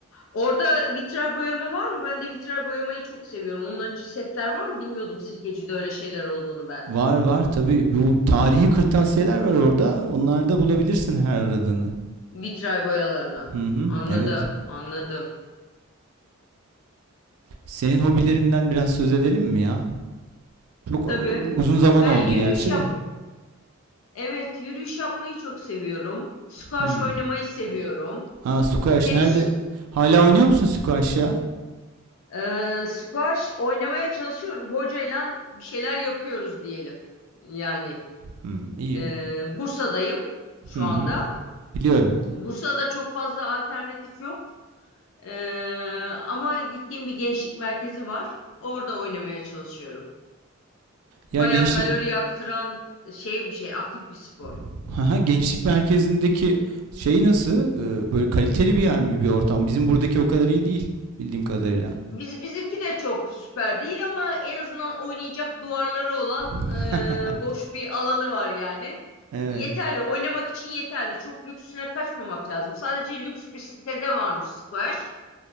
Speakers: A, on the left; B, on the right.
A: Orada vitray boyama var mı? Ben de vitray boyamayı çok seviyorum. Onların için setler var mı? Bilmiyordum Sirkeci'de öyle şeyler olduğunu ben.
B: Var var tabii. Bu tarihi kırtasiyeler var orada. Onlarda bulabilirsin her aradığını.
A: Vitray boyalarına.
B: Hı hı,
A: Anladım,
B: evet.
A: anladım.
B: Senin hobilerinden biraz söz edelim mi ya? Çok e,
A: Tabii.
B: uzun zaman
A: Ben
B: oldu
A: yürüyüş
B: gerçi
A: yap,
B: de.
A: evet yürüyüş yapmayı çok seviyorum. Squash
B: Hmm.
A: oynamayı seviyorum.
B: Aa squash
A: Tenis
B: nerede? Hala oynuyor musun squash ya?
A: Ee, squash oynamaya çalışıyorum. Hocayla bir şeyler yapıyoruz diyelim. Yani
B: Hmm, iyi.
A: e, Bursa'dayım şu
B: Hı
A: anda.
B: hı. Biliyorum.
A: Bursa'da çok fazla alternatif yok. Ee, ama gittiğim bir gençlik merkezi var. Orada oynamaya çalışıyorum.
B: Ya
A: Baya
B: gençlik
A: kalori yaktıran şey bir şey, aktif bir spor.
B: <laughs> Haha, gençlik merkezindeki şey nasıl? Ee, böyle kaliteli bir yer mi bir ortam? Bizim buradaki o kadar iyi değil bildiğim kadarıyla.
A: Biz, bizimki de çok süper değil ama en azından oynayacak duvarları olan
B: <laughs>
A: e, boş bir alanı var yani.
B: Evet.
A: Yeterli, oynamak için yeterli. Çok lüksüne kaçmamak lazım. Sadece lüks bir sitede varmış Squash.